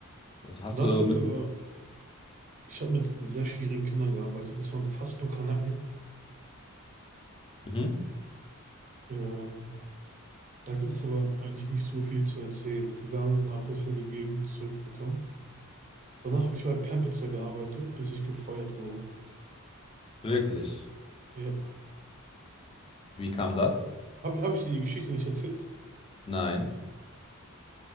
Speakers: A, on the left; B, on the right.
A: Also Hast
B: Nachhilfe
A: du mit.
B: war, ich habe mit sehr schwierigen Kindern gearbeitet. Das waren fast nur Kanaken.
A: Mhm.
B: Ähm, da gibt es aber eigentlich nicht so viel zu erzählen. Gegangen, Nachhilfe gegeben, zurückbekommen. Danach habe ich bei Pampitzer gearbeitet, bis ich gefeuert wurde.
A: Wirklich?
B: Ja.
A: Wie kam das?
B: Habe hab ich die Geschichte nicht erzählt?
A: Nein.